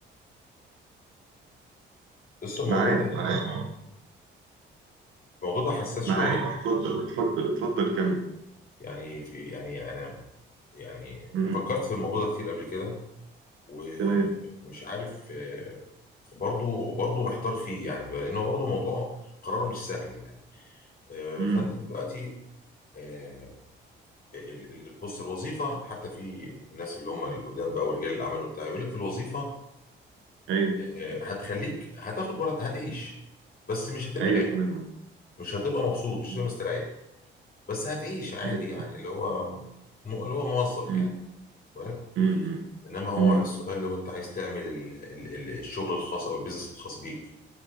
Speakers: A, on the left; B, on the right.
A: بص الموضوع
B: معاك
A: ده
B: معاك
A: الموضوع ده حساس شويه
B: معاك اتفضل اتفضل اتفضل كمل
A: يعني في يعني انا يعني
B: مم.
A: فكرت في الموضوع ده كتير قبل كده ومش
B: تمام
A: عارف آه، برضو برضو محتار فيه يعني بقى، لانه برضو موضوع قرار مش سهل يعني آه،
B: مم.
A: فانت دلوقتي آه، ال- ال- بص الوظيفه حتى في الناس اللي هم القدام بقى ورجال الاعمال وبتاع يقول لك الوظيفه
B: أيوه
A: آه، هتخليك هتاخد مرض هتعيش بس مش هتبقى
B: أيوه
A: غني
B: تمام
A: مش هتبقى مبسوط مش
B: مم.
A: هتبقى مستريح بس هتعيش عادي
B: أيوه
A: يعني
B: تمام
A: اللي هو م- اللي هو موظف
B: مم.
A: يعني ولك
B: مم.
A: انما هو
B: مم.
A: السؤال لو انت عايز تعمل ال- ال- ال- الشغل الخاص او البيزنس الخاص بيك